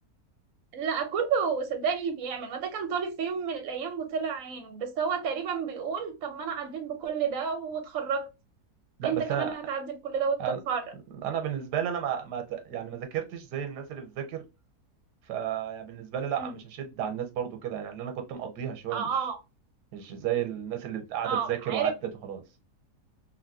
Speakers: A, on the right (about 60°); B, on the right (about 80°).
A: لا كله صدقني بيعمل ما ده كان طالب في يوم من الأيام وطلع عينه بس هو تقريبا بيقول طب ما أنا عديت بكل ده واتخرجت
B: لا
A: انت
B: بس
A: كمان
B: انا
A: هتعدي بكل ده وتتخرج
B: انا أنا بالنسبه لي انا ما, ما ت- يعني ما ذاكرتش زي الناس اللي بتذاكر فبالنسبه لي لا
A: مم.
B: مش هشد على الناس برضو كده يعني لأن انا كنت مقضيها شويه
A: اه
B: مش مش زي الناس اللي قاعده
A: اه
B: تذاكر
A: عارف
B: وعدت وخلاص